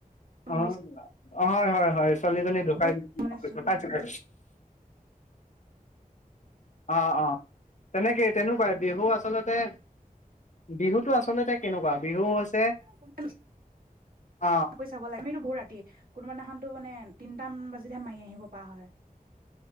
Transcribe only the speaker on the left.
অ',
হয়, হয়। হয়। ছোৱালীজনী ঢুকাইছিলে।
অ', অ'। তেনেকেই, তেনেকুৱাই বিহু আচলতে, বিহুতো আচলতে কেনেকুৱা বিহু হৈছে
অ